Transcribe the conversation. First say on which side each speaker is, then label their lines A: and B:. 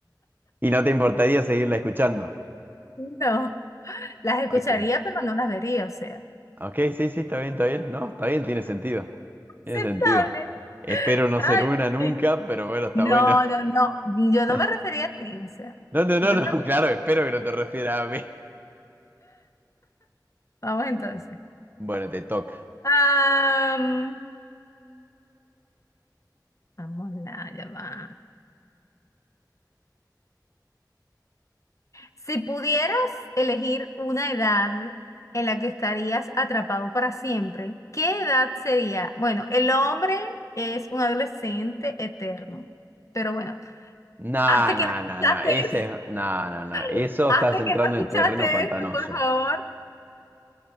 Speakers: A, on the right; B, on the left.
A: Y no te importaría seguirla escuchando.
B: No. Las escucharía,
A: Ok.
B: pero no las vería, o sea.
A: Ok, sí, sí, está bien, está bien. No, está bien, tiene sentido. Tiene
B: Aceptable.
A: sentido. Espero no
B: Ay,
A: ser una nunca,
B: Dios
A: pero bueno, está
B: No,
A: bueno.
B: no, no. Yo no
A: <laughs>
B: me refería a ti, o sea.
A: No, no, no,
B: No te
A: no,
B: preocupes.
A: <laughs> claro, espero que no te refieras a mí.
B: Vamos entonces.
A: Bueno, te toca.
B: Am, vamos la llamada. Si pudieras elegir una edad en la que estarías atrapado para siempre, ¿qué edad sería? Bueno, el hombre es un adolescente eterno. Pero bueno,
A: No,
B: hasta que
A: no,
B: no
A: no,
B: escuchaste,
A: no, ese es... No, no, no, eso
B: <laughs> hasta
A: estás entrando
B: que no escuchaste
A: en terreno pantanoso.
B: esto, por favor.